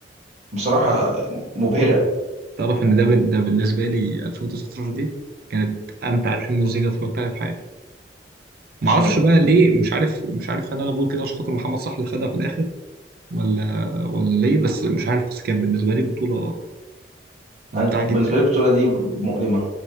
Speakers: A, on the right; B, on the right.
A: بصراحه
B: ده
A: مبهره
B: تعرف ان ده بن- ده بالنسبه لي 2019 دي كانت امتع فيلم مزيكا اتفرجت عليها في حياتي ما
A: اشمعنى
B: اعرفش بقى ليه مش عارف مش عارف هل انا بقول كده عشان خاطر محمد صلاح اللي خدها في الاخر ولا ولا ليه بس مش عارف بس كانت بالنسبه لي بطوله ممتعه
A: انا
B: جدا
A: بالنسبه
B: يعني
A: لي البطوله دي مؤلمه